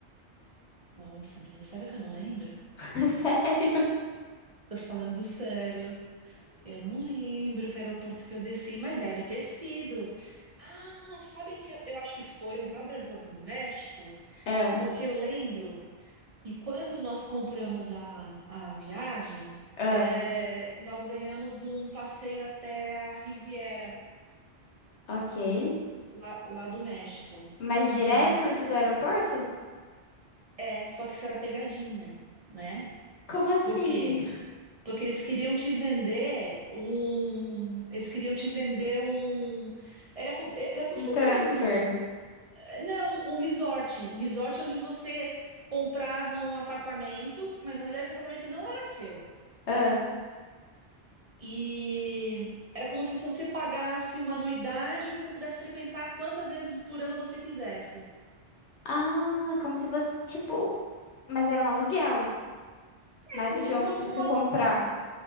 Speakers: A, on the right; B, on the left.
A: Nossa, menina, sério que eu não lembro?
B: <laughs> Sério?
A: Tô falando sério. Eu não lembro que aeroporto que eu desci, mas deve ter sido. Ah, sabe que eu eu acho que foi no próprio aeroporto do México?
B: ah
A: Porque eu lembro E quando nós compramos a, a viagem,
B: ah
A: é, nós ganhamos um passeio até a Riviera,
B: ok.
A: lá, lá do México.
B: Mas direto
A: E só-
B: isso do aeroporto?
A: é, só que isso era pegadinha, né?
B: Como assim?
A: Por quê? Porque eles queriam te vender um. Eles queriam te vender um. Era como, era como
B: Um
A: se fosse
B: transfer.
A: um. Não, um resort. Um resort onde você comprava um apartamento, mas na realidade esse apartamento não era seu.
B: ah
A: E era como se você pagasse uma anuidade e você pudesse frequentar quantas vezes por ano você quisesse.
B: Ah, como se fosse, tipo, mas era um aluguel, mais
A: É como
B: do que,
A: se
B: o-
A: fosse
B: do
A: um
B: que
A: alu-
B: comprar.